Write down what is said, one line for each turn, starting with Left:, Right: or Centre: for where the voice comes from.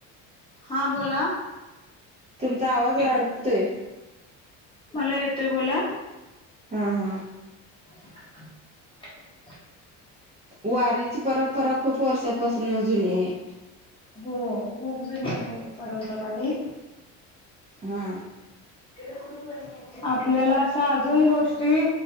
Left: हा बोला..
Right: तुमचा आवाज
Left: येत
Right: अडकतोय
Left: मला येतोय बोला.
Right: हा हा
Left: <unintelligible>
Right: वारीची परंपरा खूप वर्षापासून अ जुनी आहे,
Left: हो खूप जुनी आहे परंपरा आणि
Right: हम्म.
Left: <unintelligible> आपल्याला अशा अजून गोष्टी